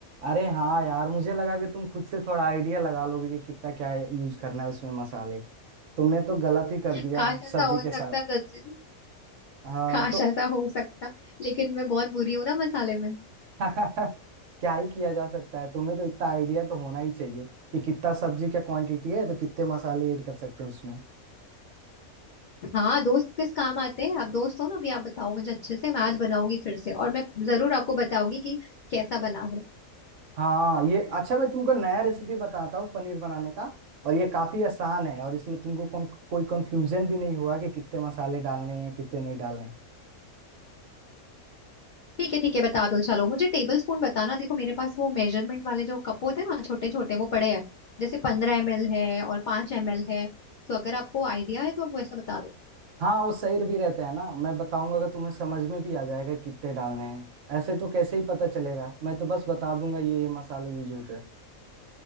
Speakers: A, on the right; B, on the left.
A: अरे हाँ यार मुझे लगा कि तुम खुद से थोड़ा आइडिया लगा लोगे कि कितना क्या यूज करना है उसमें मसाले तुमने तो गलत ही कर
B: <laughs>
A: दिया
B: काश ऐसा
A: सब्जी
B: हो
A: के साथ
B: सकता सचिन
A: हाँ
B: काश
A: तो
B: ऐसा हो सकता लेकिन मैं बहुत बुरी हूँ ना मसाले में
A: <laughs> क्या ही किया जा सकता है तुम्हें तो इतना आइडिया तो होना ही चाहिए कि कितना सब्जी का क्वांटिटी है तो कितने मसाले ऐड कर सकते हैं उसमें
B: हाँ दोस्त किस काम आते हैं आप दोस्त हो ना अभी आप बताओ मुझे अच्छे से मैं आज बनाऊंगी फिर से और मैं जरूर आपको बताऊंगी कि कैसा बना है
A: हाँ ये अच्छा मैं तुमको नया रेसिपी बताता हूँ पनीर बनाने का और ये काफी आसान है और इसमें तुमको कौन, कोई कंफ्यूजन भी नहीं होगा कि कितने मसाले डालने हैं कितने नहीं डालने हैं।
B: ठीक है ठीक है बता दो चलो मुझे टेबल स्पून बताना देखो मेरे पास वो मेजरमेंट वाले जो कप होते हैं ना छोटे छोटे वो पड़े हैं जैसे पंद्रह एम एल है और पांच एम एल है तो अगर आपको आइडिया है तो आप वैसा बता दो
A: हाँ वो सही भी रहते हैं ना मैं बताऊंगा अगर तुम्हें समझ में भी आ जाएगा कितने डालने हैं ऐसे तो कैसे ही पता चलेगा मैं तो बस बता दूंगा ये ये मसाले यूज होते हैं